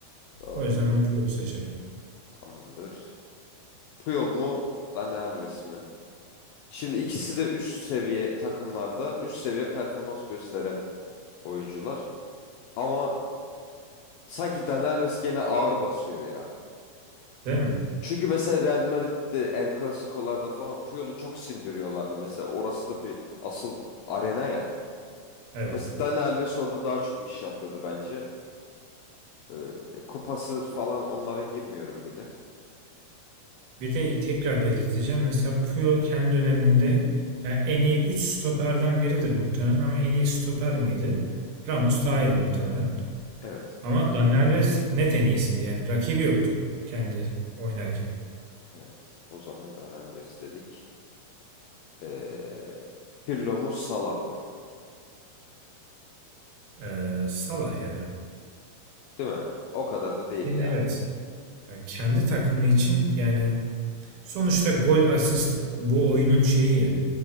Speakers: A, on the left; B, on the right.
A: Doğru.
B: O yüzden ben Puyol'u seçerim.
A: Tamamdır. Puyol mu? Dani Alves mi? Şimdi ikisi de üst seviye takımlarda üst seviye performans gösteren oyuncular. Ama sanki Dani Alves gene ağır basıyor ya.
B: Değil mi?
A: Çünkü mesela Real Madrid'de El Clasico'larda falan Puyol'u çok sindiriyorlardı. Mesela orası da bir asıl arena ya.
B: Evet.
A: Mesela Dani Alves orada daha çok iş yapıyordu bence. Ee, e, kupası falan onlara girmiyorum bile.
B: Bir de tekrar belirteceğim. Mesela Puyol kendi döneminde yani en iyi 3 stoperden biridir muhtemelen ama en iyi stoper miydi? Ramos daha iyiydi muhtemelen.
A: Evet.
B: Ama Dani Alves net en iyisiydi. Yani rakibi yoktu kendi oynarken.
A: Evet. O zaman Daniel besledik. Ee, Pirlo mu Salah mı?
B: Ee, Salah ya.
A: Değil mi? O kadar da değil
B: Yine
A: ya.
B: evet. Ya kendi takımı için yani sonuçta gol asist bu oyunun şeyi. ya.